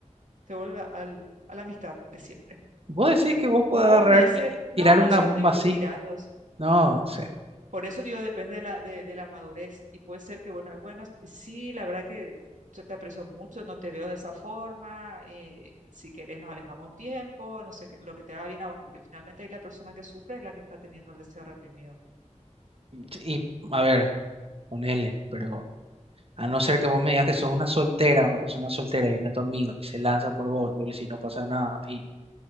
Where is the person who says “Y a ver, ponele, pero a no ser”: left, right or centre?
Right